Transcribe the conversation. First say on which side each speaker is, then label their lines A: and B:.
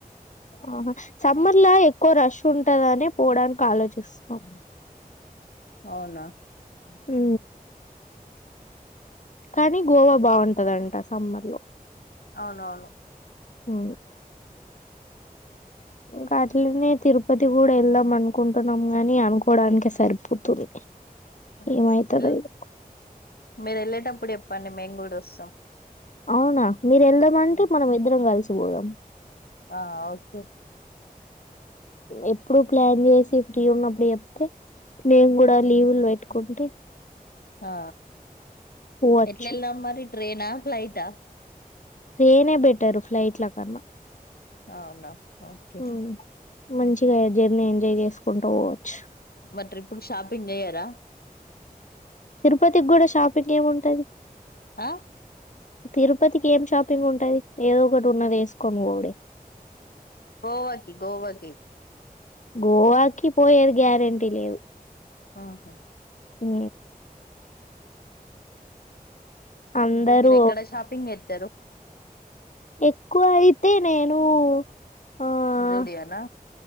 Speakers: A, on the left; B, on the left.
A: హా సమ్మర్లా ఎక్కువ రష్ ఉంటదని పోవడానికి ఆలోచిస్తాం
B: అవునా
A: హు కానీ గోవా బాగుంటదంట సమ్మర్ లో
B: అవునవును
A: హు ఇంకా అట్లనే తిరుపతి కూడా వెళ్దాం అనుకుంటున్నాం గాని అనుకోవడానినికి సరిపోతుంది
B: అయ్యో
A: ఏమైతదో
B: ఎల్
A: ఇగ
B: మీరు ఎల్లట అప్పుడు చెప్పండి మెమీకూడా వస్తాం
A: అవునా మీరు వెళ్దాము అంటే
B: ఉమ్,
A: మనం ఇద్దరం కలిసి పోదాం
B: ఆ ఓకే
A: ఎప్పుడు ప్లాన్ చేసి ఫ్రీ ఉన్నప్పుడు చెప్తే నేను కూడా లీవులు పెట్టుకుంటే
B: ఆ
A: పోవచ్చు
B: ఎట్లల వెళ్దాం మరి ట్రెన్ ఆ ఫ్లాయిట్ ఆ
A: ట్రైన్ బెట్టరు ఫ్లైట్ ల కన్నా
B: అవునా ఓకే
A: హ్మ్ మంచిగా జర్నీ ఎంజాయ్ చేసుకుంట పోవచ్చు
B: మరి ట్రిప్పుకు షాపింగ్ చేయరా
A: తిరుపతికి కూడా షాపింగ్ ఏమింటది
B: ఆ
A: తిరుపతికి ఏం షాపింగ్ ఉంటది ఏదో ఒకటి ఉన్నది వేసుకోని పోవుడే
B: గోవాకి గోవా కి
A: గోవాకి పోయేది గ్యారెంటీ లేదు
B: ఆహా
A: హు అందరూ
B: ఇంకా మీరు ఎక్కడ షాపింగ్ చేస్తారు
A: ఎక్కువ అయితే నేను ఆ
B: జూడియోనా